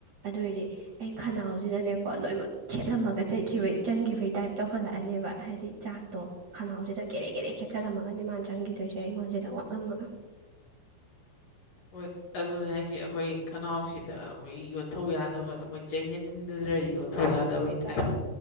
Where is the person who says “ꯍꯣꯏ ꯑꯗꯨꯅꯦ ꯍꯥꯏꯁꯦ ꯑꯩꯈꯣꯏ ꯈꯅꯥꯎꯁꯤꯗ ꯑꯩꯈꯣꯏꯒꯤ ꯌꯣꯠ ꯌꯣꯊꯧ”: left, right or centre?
Left